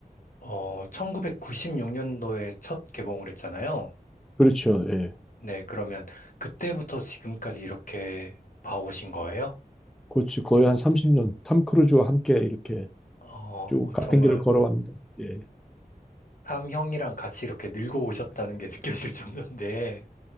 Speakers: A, on the left; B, in the centre.
A: 어, 1996년도에 첫 개봉을 했잖아요.
B: 그렇죠. 예.
A: 네, 그러면 그때부터 지금까지 이렇게 봐오신 거예요?
B: 그렇지. 거의 한 30년 탐 크루즈와 함께 이렇게
A: 어,
B: 쭉 같은
A: 정말
B: 길을 걸어왔는데. 예.
A: 삼형이랑 같이 이렇게 늙어오셨다는 게 <laughs> 느껴질 정도인데,